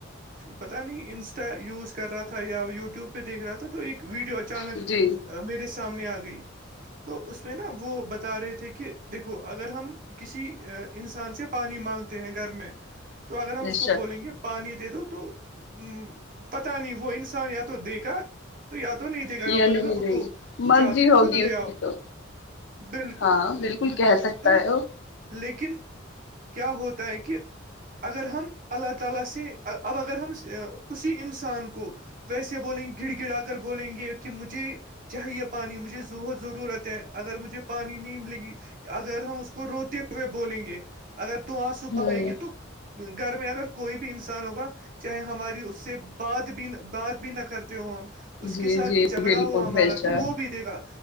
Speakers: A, on the right (about 45°); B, on the left (about 65°).
A: پتا نہیں ان یوز کر رہا تھا یا یوٹیوب پہ دیکھ رہا تھا تو ایک ویڈیو اچانک
B: جی
A: میرے سامنے آ گئی تو اس میں نا وہ بتا رہے تھے کہ دیکھو اگر ہم کسی انسان سے پانی مانگتے ہیں گھر میں تو اگر ہم
B: بے
A: اس
B: شک
A: کو بولیں گے پانی دے دو تو ا پتا نہیں وہ انسان یا تو دے گا تو یاد تو نہیں دے گا
B: یہ
A: بولے
B: نہیں
A: گا اٹھو
B: دے گی مرضی
A: جا کے
B: ہوگی
A: خود لے
B: اس
A: آؤ
B: کی تو
A: بالکل
B: ہاں بالکل کہہ سکتا
A: تو
B: ہے وہ
A: لیکن کیا ہوتا ہے کہ اگر ہم اللہ تعالی سے اب اگر ہم اسی انسان کو ویسے بولیں گے گڑ گڑا کر بولیں گے کہ مجھے چاہیے پانی مجھے ضرورت ہے اگر مجھے پانی نہیں ملے گی اگر ہم اس کو روتے ہوئے بولیں گے اگر دو آسو
B: ہ
A: بہائے گے تو گھر میں اگر کوئی بھی انسان ہوگا چاہے ہماری اس سے بات بھی بات بھی نہ کرتے ہو ہم اس
B: جی
A: کے ساتھ
B: جی
A: جھگڑا
B: بالکل
A: ہو ہمارا
B: بے شک
A: تو وہ بھی دے گا